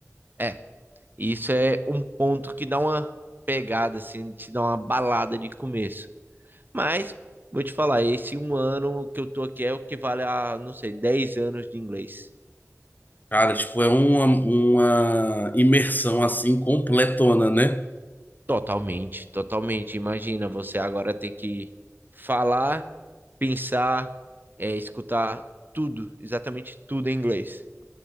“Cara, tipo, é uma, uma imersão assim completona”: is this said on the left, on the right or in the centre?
Left